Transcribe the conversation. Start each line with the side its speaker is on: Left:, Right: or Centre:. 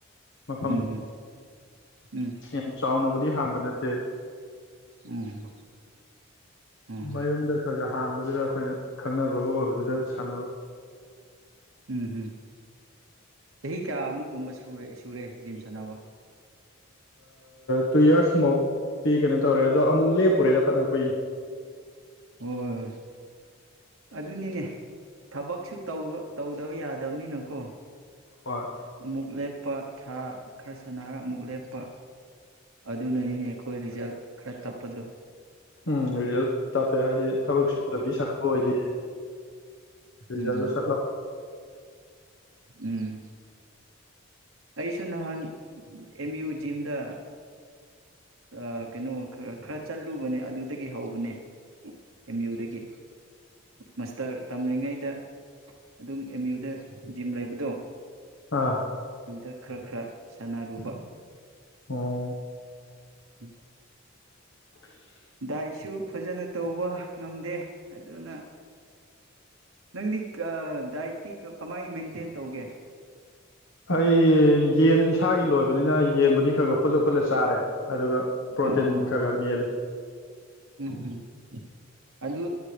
Left: ꯃꯐꯝꯗꯣ
Right: ꯎꯝ ꯎꯝ
Left: ꯌꯥꯝ ꯆꯥꯎꯅꯕꯨꯗꯤ ꯍꯥꯡꯕ ꯅꯠꯇꯦ
Right: ꯎꯝ ꯎꯝ
Left: ꯃꯌꯨꯝꯗ ꯈꯔ ꯈ ꯍꯥꯡꯕꯗꯨꯗ ꯑꯩꯈꯣꯏꯅ ꯈꯪꯅꯕꯒ ꯑꯣꯏꯕꯗꯨꯗ ꯁꯥꯟꯅꯕ
Right: ꯎꯝ ꯎꯝ ꯆꯍꯤ ꯀꯌꯥ ꯑꯃꯨ ꯀꯨꯝꯕ ꯁꯨꯔꯦ ꯁꯨꯔꯦ ꯖꯤꯝ ꯁꯥꯟꯅꯕ
Left: ꯇꯨ ꯌꯔꯁꯃꯨꯛꯇꯤ ꯀꯩꯅꯣ ꯇꯧꯔꯦ ꯑꯗꯣ ꯑꯃꯨꯛ ꯂꯦꯞꯄꯨꯔꯦꯗ ꯐꯅ ꯀꯨꯏꯅ
Right: ꯍꯣꯏ ꯍꯣꯏ ꯑꯗꯨꯅꯤꯅꯦ ꯊꯕꯛꯁꯨ ꯇꯧ ꯇꯧꯗꯕ ꯌꯥꯗꯕꯅꯤꯅꯀꯣ
Left: ꯍꯣꯏ
Right: ꯑꯃꯨꯛ ꯂꯦꯞ ꯇꯞꯄ ꯊꯥ ꯈꯔ ꯁꯅꯔ ꯑꯃꯨꯛ ꯂꯦꯞꯄ ꯑꯗꯨꯅꯅꯤꯅꯦ ꯑꯩꯈꯣꯏ ꯔꯤꯖꯜ ꯈꯔ ꯇꯞꯄꯗꯨꯣ
Left: ꯎꯝ ꯔꯤꯖꯜ ꯇꯞꯄꯦ ꯍꯥꯏꯗꯤ ꯊꯕꯛ ꯁꯨꯗꯕꯤ ꯁꯥꯟꯅꯕ ꯑꯣꯏꯗꯤ ꯔꯤꯖꯜꯗꯣ
Right: ꯎꯝ
Left: ꯁꯠ <inaudible>
Right: ꯎꯝ ꯑꯩꯁꯨ ꯅꯍꯥꯟ ꯑꯦꯝ ꯌꯨ ꯖꯤꯝꯗ ꯑ ꯀꯩꯅꯣ ꯈꯔ ꯈꯔ ꯆꯠꯂꯨꯕꯅꯦ ꯑꯗꯨꯗꯒꯤ ꯍꯧꯕꯅꯦ ꯑꯦꯝ ꯌꯨꯗꯒꯤ ꯃꯥꯁꯇꯔ ꯇꯝꯔꯤꯉꯩꯗ ꯑꯗꯨꯝ ꯑꯦꯝ ꯌꯨꯗ ꯖꯤꯝ ꯂꯩꯕꯗꯣ
Left: ꯑꯥ
Right: ꯑꯗꯨꯗ ꯈꯔ ꯈꯔ ꯁꯥꯟꯅꯔꯨꯕ
Left: ꯑꯣ
Right: ꯎꯝ
Left: <inaudible>
Right: ꯗꯥꯏꯠꯁꯨ ꯐꯖꯅ ꯇꯧꯕ ꯉꯝꯗꯦ ꯑꯗꯨꯅ ꯅꯪꯗꯤ ꯗꯥꯏꯠꯇꯤ ꯀꯃꯥꯏꯅ ꯃꯦꯟꯇꯦꯟ ꯇꯧꯒꯦ
Left: ꯑꯩ ꯌꯦꯟ ꯏꯁꯥꯒꯤ ꯂꯣꯏꯕꯅꯤꯅ ꯌꯦꯟꯕꯨꯗꯤ ꯈꯔ ꯈꯔ ꯐꯨꯠꯂ ꯐꯨꯠꯂ ꯆꯥꯔꯦ ꯑꯗꯨꯒ ꯄ꯭ꯔꯣꯇꯤꯟ
Right: ꯑꯣ
Left: ꯈꯔ ꯈ ꯃꯦꯜꯂꯤ
Right: ꯎꯝ ꯎꯝ ꯑꯗꯨ